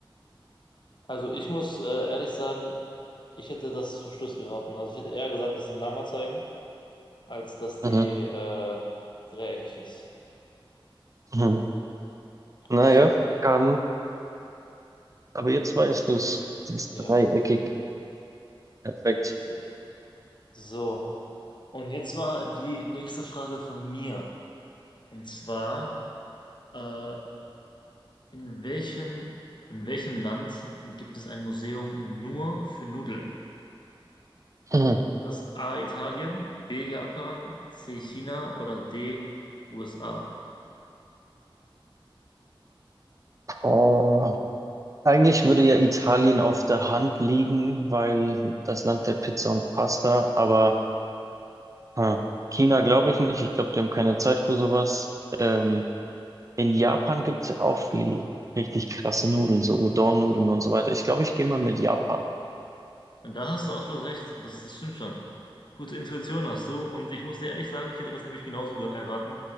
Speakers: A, on the left; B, on the right.
A: Also ich muss äh, ehrlich sagen, ich hätte das zum Schluss geraten. Also ich hätte eher gesagt, dass sie ein Lama zeigen, als dass die
B: Mhm.
A: äh, dreieckig ist.
B: Mhm. Naja,
A: So,
B: kann. Aber jetzt weißt du es. Sie ist
A: ja,
B: dreieckig. Perfekt.
A: richtig. So, und jetzt war die nächste Frage von mir. Und zwar, äh, in welchem, in welchem Land gibt es ein Museum nur für Nudeln?
B: Mhm.
A: Das A Italien, B Japan, C China oder D USA.
B: Oh. Eigentlich würde ja Italien auf der Hand liegen, weil das Land der Pizza und Pasta, aber Ah. China glaube ich nicht. Ich glaube, die haben keine Zeit für sowas. Ähm, in Japan gibt es ja auch viel richtig krasse Nudeln, so Udon-Nudeln und so weiter. Ich glaube, ich gehe mal mit Japan.
A: Und da hast du absolut recht, das, das stimmt schon. Gute Intuition hast du und ich muss dir ehrlich sagen, ich hätte das nämlich genauso ge- erraten.